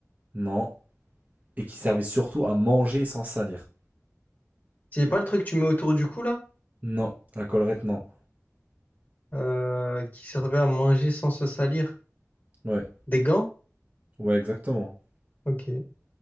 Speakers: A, on the right; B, on the left.
A: Non. Et qui servait surtout à manger sans salir.
B: C'est pas le truc que tu mets autour du cou là?
A: Non. La collerette, non.
B: Euh, qui servait à manger sans se salir.
A: Ouais.
B: Des gants?
A: Ouais, exactement.
B: Ok.